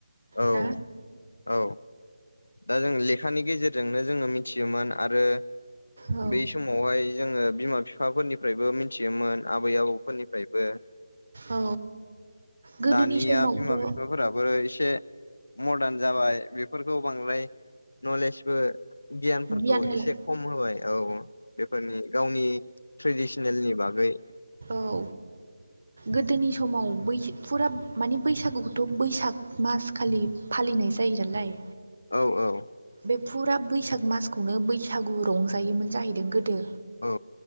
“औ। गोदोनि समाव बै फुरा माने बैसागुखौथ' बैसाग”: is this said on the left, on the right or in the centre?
Right